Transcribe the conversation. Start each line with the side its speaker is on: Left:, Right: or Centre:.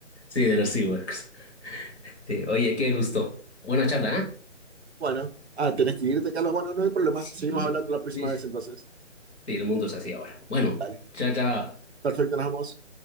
Left: Sí, de los SeaWorks. Sí, oye, qué gusto. Buena charla, ¿eh?
Right: Bueno, ah, tenés que irte, Carlos. Bueno, no hay problema.
Left: Sí,
Right: Seguimos hablando la próxima
Left: sí, sí,
Right: vez entonces.
Left: el mundo es así ahora. Bueno,
Right: Dale.
Left: chao, chao.
Right: Perfecto, nos vemos.